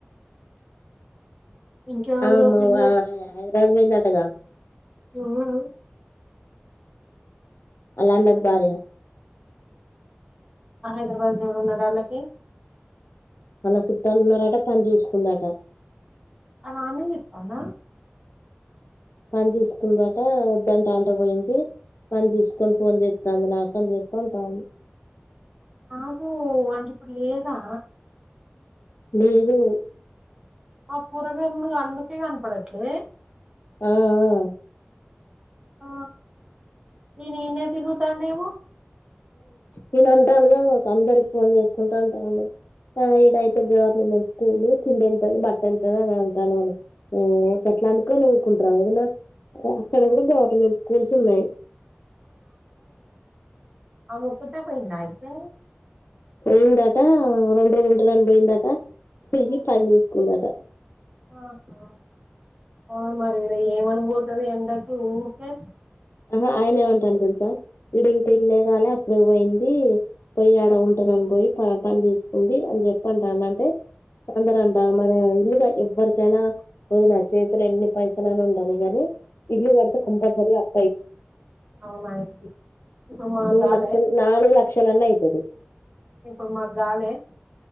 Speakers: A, on the right; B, on the left.
A: ఇంకెవరిది
B: ఆమె
A: ఓపెన్
B: హైదరాబాద్ పోయింది అంటగా
A: ఎవ్వడూ
B: ఆళ్ళ అన్న భార్య
A: హా హైదరాబాదులో ఎవరున్నరు వాళ్ళకి
B: వాళ్ల సుట్టాలు ఉన్నారట పని చూసుుకుందట
A: ఆమె ఆన్నే చేతందా
B: పని చూసుకుందంట వద్దంట అంట పోయింది, పని చూసుకొని ఫోన్ చేతంది నాకు అని చెప్ప అంటాది.
A: కాదు అంటే ఇప్పుడు లేదా
B: లేదు
A: ఆ కూరగాండ్లు అందుకే కనపడట్లే
B: ఆ ఆ
A: ఆ ఈయన ఇన్నే తిరుగుతాండేమో
B: ఈయన అంటాండు గా అందరికి ఫోన్ చేసుకుంటా అంటాండు ఇయనైతే గవర్నమెంట్ స్కూల్ తిండి వెళ్తుంది, బట్ట వెళ్తుది అని అంటాండు. హు ఎపట్లా అనుకోనువ్ కుంటర్ర వదినా అక్కడ కూడా గవర్నమెంట్ స్కూల్స్ ఉన్నాయి
A: ఆమె ఒక్కతే పోయిందా అయితే
B: పోయిందట్ టా రెండు రోజులు ఉంటా అని పోయిందట పోయ్యి
A: ఆ
B: పని చూసుకుందట.
A: ఆహా అవును మరి ఈడ ఏమని పోతది ఎండకి ఊకే
B: ఆహా ఆయన ఏమంటాండి తెలుసా! ఈడ ఇంకా ఇల్లే కాలే అప్పుడే పోయింది, పోయి ఆడ ఉంటున్నాని పోయి పని చేసుకుంది, అని చెప్పంటా అంటే అందర అంటారు, మన ఇల్లుగా ఎవ్వరికైనా పోయిన చేతులు ఎన్ని. పైసల ఉండని గనీ ఇల్లు కడితే కంపల్సరి అప్
A: అవునా ఇది ఇప్పుడు మా
B: మూడు
A: గాలే
B: లక్షలు నాలుగు లక్షలన్నా అయితది
A: ఇప్పుడు మా గాలే